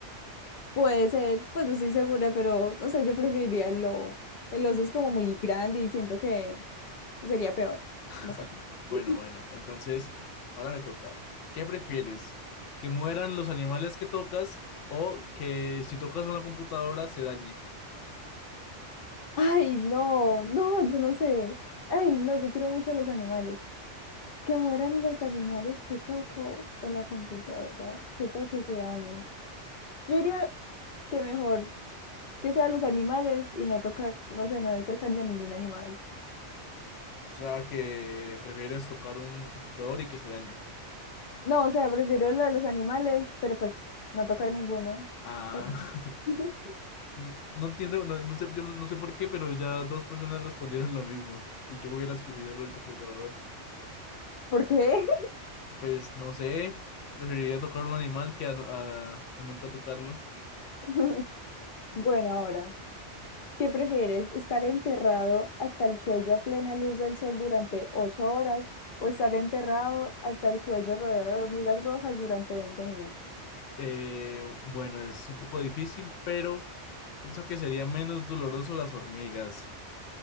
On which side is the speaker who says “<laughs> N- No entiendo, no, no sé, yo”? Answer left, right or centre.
Left